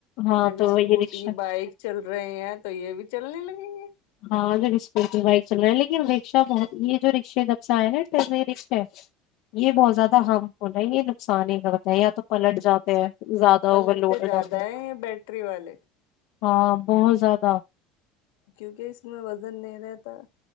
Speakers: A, on the left (about 65°); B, on the left (about 85°).
A: ہاں
B: جب
A: تو
B: اسکوٹی
A: یہ رکشا
B: بائک چل رہے ہیں تو یہ بھی <unintelligible> چلنے لگیں گے <unintelligible>
A: ہاں جو رسپورٹل بائک چل رہا لیکن رکشا بہت یہ جو رکشے جب سے آئے نا رکشے ہے یہ بہت زیادہ
B: ہوں
A: ہارم فل ہے یہ <unintelligible> سانی کا بتا ہے یا تو پلٹ جاتے ہیں <unintelligible>
B: پلٹ
A: اوور لوڈ
B: تو
A: ہو
B: زیادہ
A: جاتے ہیں
B: ہے بیٹری والے
A: ہاں بہت زیادہ
B: کیونکہ اس میں وزن نہیں رہتا